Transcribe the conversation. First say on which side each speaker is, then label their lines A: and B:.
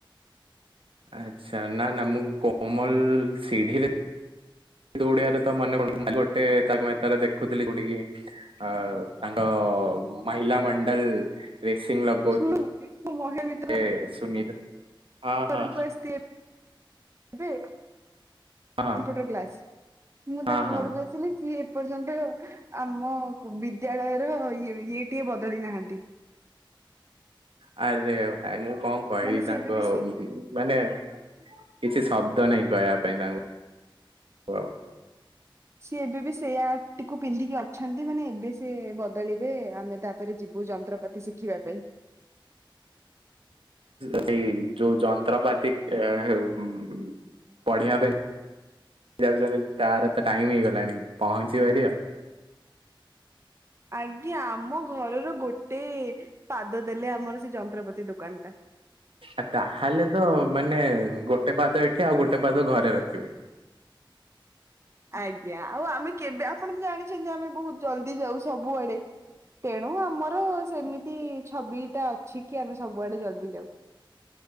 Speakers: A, on the right; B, on the right.
A: ଆଚ୍ଛା ନା ନା ମୁଁ କୋମଲ ସିଢିରେ ଦୌଡିଆର ତ ମନେପଡୁନି ଗୋଟେ ତାରକମେହେତାରେ ଦେଖୁଥିଲି ଯୋଉଟା କି ଅ ତାଙ୍କ ମହିଲା ମଣ୍ଡଲ <unintelligible>
B: <inaudible>
A: ଏ ସୁନିତ ହଁ
B: ଘରକୁ
A: ହଁ।
B: ଆସିଥିଲି ଏବେ କମ୍ପୁଟର
A: ହଁ
B: କ୍ଲାସ ମୁଁ ତାଙ୍କ
A: ହଁ ହଁ
B: ଘରକୁ ଆସିଲି ସିଏ ଏ ପର୍ଯ୍ୟନ୍ତ ଆମ ବିଦ୍ୟାଳୟର ଇଏ ଇଏ ଟିଏ ବଦଳି ନାହାନ୍ତି।
A: <unintelligible> ଆରେ ଭାଇ ମୁଁ କଣ କହିବି
B: ମାନେ ସିଏ
A: ତାଙ୍କୁ
B: ଏବେ ବି
A: ଆଉ ମାନେ କିଛି ଶବ୍ଦ ନାହିଁ କହିବା ପାଇଁ ତାଙ୍କୁ ଆଉ
B: ସିଏ ଏବେ ବି ସେଇଆ ଟିକୁ ପିନ୍ଧିକି ଅଛନ୍ତି ମାନେ ଏବେ ସିଏ ବଦଳିବେ ଆମେ ତାପରେ ଯିବୁ ଯନ୍ତ୍ରପାତି ଶିଖିବା ପାଇଁ।
A: ସେଇ ଯୋଉ ଯନ୍ତ୍ରପାତି ପଢିବା ପାଇଁ ଯାଉଛନ୍ତି ତାର ତ ଟାଇମ ହେଇଗଲାଣି ପହଞ୍ଚି ପାରିଵ।
B: ଆଜ୍ଞା ଆମ ଘରର ଗୋଟେ ପାଦ ଦେଲେ ଆମର ସେ ଯନ୍ତ୍ରପାତି ଦୋକାନଟା।
A: ଆ ତାହେଲେ ତ ମାନେ ଗୋଟେ ପାଦ ଏଠି ଆଉ ଗୋଟେ ପାଦ ଘରେ ରଖିବେ।
B: ଆଜ୍ଞା ଆଉ ଆମେ କେବେ ଆପଣ ତ ଜାଣିଛନ୍ତି ଆମେ ବହୁତ ଜଲଦି ଯାଉ ସବୁଆଡେ। ତେଣୁ ଆମର ସେମିତି ଛବିଟା ଅଛି କି ଆମେ ସବୁଆଡେ ଜଲଦି ଯାଉ।